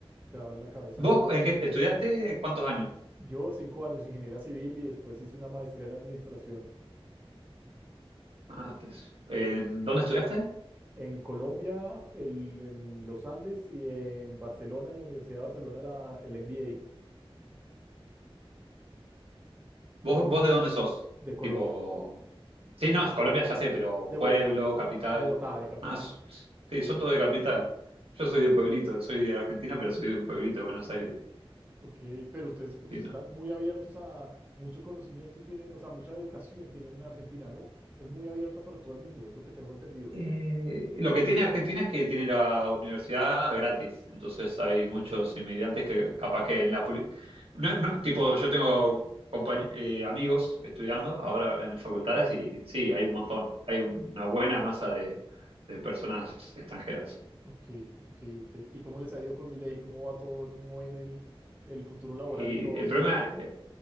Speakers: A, on the right; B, on the right.
A: te abre la cabeza
B: ¿Vos
A: más.
B: en qué estudiaste? ¿Cuántos años?
A: Yo cinco años ingeniería civil y después hice una maestría en administración.
B: Ah, te- ¿en dónde estudiaste?
A: En Colombia, el- en los Andes y en Barcelona, en la Universidad de Barcelona, la, el MBA
B: ¿Vos, vos de dónde sos?
A: de Colombia,
B: Tipo. Sí, no, Colombia ya sé, pero
A: de
B: pueblo,
A: Bogotá,
B: capital.
A: Bogotá, de capital.
B: Ah, s- sí, son todos de capital. Yo soy de pueblito, soy de Argentina, pero soy de un pueblito de Buenos Aires.
A: Ok, pero ustedes uy,
B: Sí,
A: están
B: no.
A: muy abiertos a mucho conocimiento tienen, o sea, mucha educación tienen en Argentina, ¿no? Es muy abierta para todo el mundo, es lo que tengo entendido.
B: Eh, lo que tiene Argentina es que tiene la universidad gratis, entonces hay
A: Ok,
B: muchos inmigrantes que capaz que en la... puli- No, no, tipo, yo tengo compañ- eh, amigos estudiando ahora en facultades y sí, hay un montón, hay una buena masa de, de personas extranjeras.
A: ok, ok, ok. ¿Y cómo les ha ido con Milei? ¿Cómo va todo? ¿Cómo ven el, el futuro laboral
B: Y
A: y todo?
B: el
A: ¿Se
B: problema,
A: ha abierto?